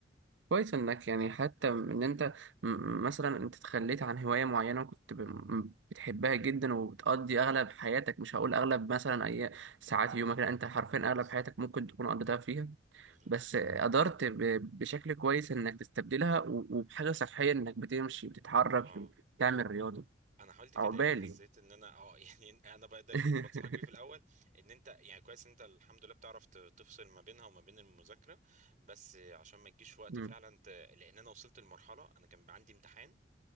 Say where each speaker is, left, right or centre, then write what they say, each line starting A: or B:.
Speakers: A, on the right (about 85°); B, on the right (about 45°).
A: كويس انك يعني حتى ان انت م- مثلا انت تخليت عن هواية معينة وكنت ب- م- بتحبها جدا وبتقضي اغلب حياتك مش هقول اغلب مثلا اي ساعات يومك لا انت حرفيا اغلب
B: بالظبط
A: حياتك ممكن تكون قضيتها فيها
B: بالظبط
A: بس قدرت ب- بشكل كويس انك تستبدلها و- وبحاجه صحيه انك بتمشي بتتحرك
B: اه
A: تعمل رياضه
B: انا حاولت كده
A: عقبالي
B: لان حسيت ان انا اه <laughs> يعني انا بقى ده اللي
A: <laughs>
B: كنت بنصحك بيه في الاول ان انت يعني كويس ان انت الحمد لله بتعرف ت- تفصل ما بينها وما بين المذاكره بس عشان ما تجيش وقت
A: مم.
B: فعلا ت... لان انا وصلت لمرحله انا كان عندي امتحان